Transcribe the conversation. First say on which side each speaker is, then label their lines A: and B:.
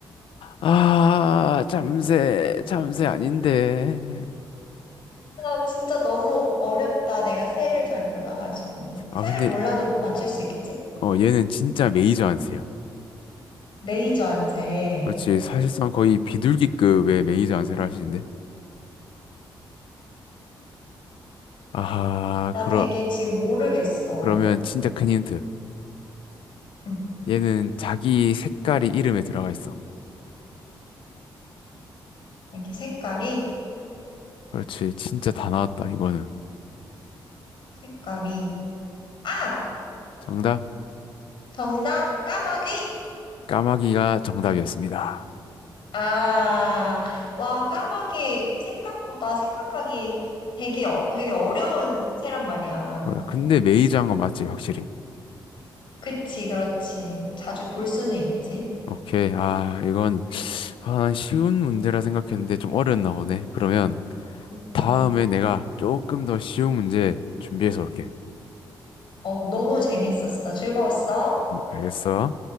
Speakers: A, on the left (about 85°); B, on the left (about 70°).
A: 아, 잠새, 잠새 아닌데.
B: 나 진짜 너무 어렵다. 내가 새를 잘 몰라가지고.
A: 아,
B: 새를
A: 근데,
B: 몰라도 맞출 수 있겠지?
A: 어, 얘는 진짜 메이저 안세야.
B: 레이저 안새.
A: 그렇지, 사실상 거의 비둘기급의 메이저 안세를 하시는데. 아하,
B: 나
A: 그러,
B: 되게 지금 모르겠어.
A: 그러면 진짜 큰 힌트.
B: 응.
A: 얘는 자기 색깔이 이름에 들어가 있어.
B: 여기 색깔이?
A: 그렇지, 진짜 다 나왔다, 이거는.
B: 색깔이. 아!
A: 정답?
B: 정답! 까마귀?
A: 까마귀가 정답이었습니다.
B: 아, 와, 까마귀 생각보다 생각하기 되게, 어- 되게 어려운 새란 말이야.
A: 어, 근데 메이저 한거 맞지, 확실히.
B: 그치, 그렇지. 자주 볼 수는 있지.
A: 오케이, 아, 이건 아, 난 쉬운 문제라 생각했는데 좀 어려웠나 보네. 그러면
B: 음.
A: 다음에 내가 조금 더 쉬운 문제 준비해서 올게.
B: 어, 너무 재밌었어. 즐거웠어?
A: 알겠어?